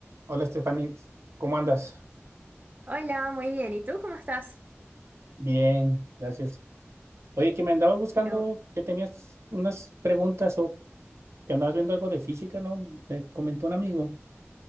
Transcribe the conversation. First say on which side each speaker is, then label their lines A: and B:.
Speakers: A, on the right; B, on the right.
A: Hola, Stephanie, ¿cómo andas?
B: Hola, muy bien. ¿Y tú cómo estás?
A: Bien, gracias. Oye, que me andabas buscando,
B: Qué bu-
A: que tenías unas preguntas o que andabas viendo algo de física, ¿no? Me comentó un amigo.